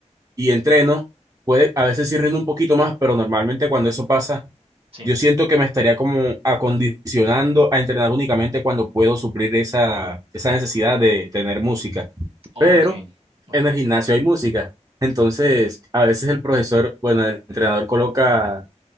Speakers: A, on the right; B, on the right.
A: y entreno, puede, a veces sí rindo un poquito más, pero normalmente cuando eso pasa,
B: Sí.
A: Yo siento que me estaría como acondicionando a entrenar únicamente cuando puedo suplir esa, esa necesidad de tener música. Pero
B: Ok, ok.
A: en el gimnasio hay música. Entonces, a veces el profesor, bueno, el entrenador coloca,